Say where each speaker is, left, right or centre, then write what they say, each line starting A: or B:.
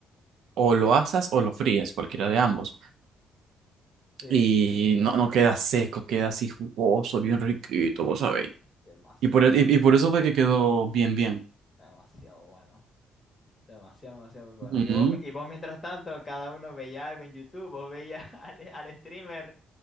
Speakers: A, on the right; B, on the left.
A: o lo asas o lo fríes, cualquiera de ambos.
B: Sí,
A: Y
B: sí,
A: no, no queda seco, queda así jugoso, bien riquito, vos sabéis.
B: demasiado,
A: Y por, e-
B: chavo,
A: y, y por eso fue que quedó bien, bien.
B: demasiado bueno. Demasiado, demasiado bueno.
A: Ujú.
B: Y vos, mi- y vos mientras tanto, cada uno veía algo en YouTube, vos veías <laughs> al, al streamer,